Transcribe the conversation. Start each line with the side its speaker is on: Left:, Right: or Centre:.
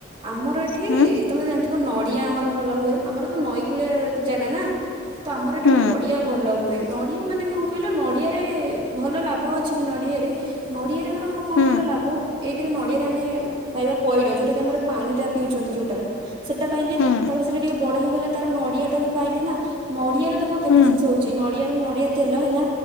Right: ଆମର ଏଠି
Left: ହୁଁ
Right: ତମେ ଜାଣିଥିବ ନଡି ଡିଆ ଆମର ଭଲ ହୁଏ ଆମର ତ ନଈ କୂଳିଆ ଜାଗା ନା ତ ଆମର ଏଠି
Left: ହୁଁ
Right: ନଡ଼ିଆ ଭଲ ହୁଏ, ନଡ଼ିଆ ମାନେ କଣ କହିଲ ନଡ଼ିଆରେ ଭଲ ଲାଭ ଅଛି ବି ନଡ଼ିଆରେ ନଡ଼ିଆ ଆମର କଣ
Left: ହୁଁ
Right: କହିଲ ଲାଭ ଏକରେ ନଡିଆରେ ଆମେ ପାଇବା ପଇଡ ଯୋଉଟା କି ଆମର ପାଣି ଟା ପିଉଛନ୍ତି ଯୋଉଟା, ସେଟା ପାଇଲେ
Left: ହୁଁ
Right: ତାପରେ ସେଇଟା ଟିକେ ବଡ ହେଇଗଲେ ତାର ନଡିଆ ଟା ବି ପାଇଲେ ନା ନଡିଆ ର ଦେଖ କେତେ
Left: ହୁଁ
Right: ଜିନିଷ ହଉଛି ନଡିଆରୁ ନଡିଆ ତେଲ ହେଲା,